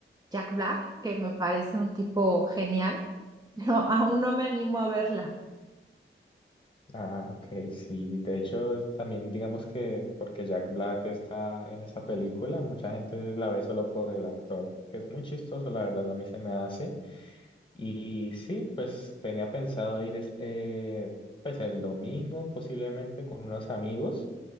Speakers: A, on the right; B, on the left.
A: Jack Black, que me parece un tipo genial, <laughs> pero aún no me animo a verla.
B: Ah, ok, sí, de hecho también digamos que porque Jack Black está en esa película, mucha gente la ve solo por el actor, que es muy chistoso, la verdad, a mí se me hace. Y sí, pues tenía pensado ir es- eh, pues el domingo posiblemente con unos amigos